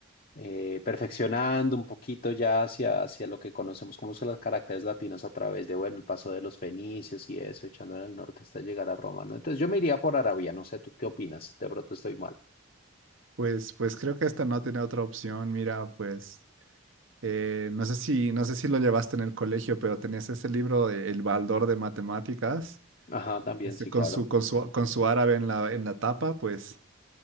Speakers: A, on the left (about 45°); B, on the right (about 65°).
A: eh, perfeccionando un poquito ya hacia, hacia lo que conocemos como son las caracteres latinas a través de, bueno, el paso de los fenicios y eso, echando en el norte hasta llegar a Roma, ¿no? Entonces yo me iría por Arabia, no sé, ¿tú qué opinas? De pronto estoy mal.
B: Pues, pues creo que esta no tiene otra opción. Mira, pues eh, no sé si, no sé si lo llevaste en el colegio, pero tenías ese libro de El Baldor de Matemáticas,
A: Ajá, también,
B: este,
A: sí,
B: con
A: claro.
B: su, con su, con su árabe en la, en la tapa, pues